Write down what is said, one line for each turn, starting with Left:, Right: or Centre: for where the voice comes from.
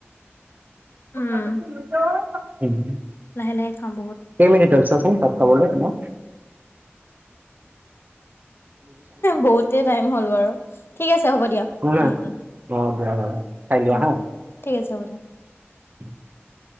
Right: <unintelligible>
Left: উম লাহে লাহে খাওঁ বহুত।
Right: কেইমিনিট হ'ল চোৱাচোন ভাত খাবলে তোমাক।
Left: বহুতে টাইম হ'ল বাৰু ঠিক আছে হ'ব দিয়া
Right: শুনা,
Left: উম উ।
Right: অ', দিয়া বাৰু খাই লোৱা
Left: উম
Right: হা।
Left: উ ঠিক আছে হ'ব দিয়ে।
Right: <inaudible>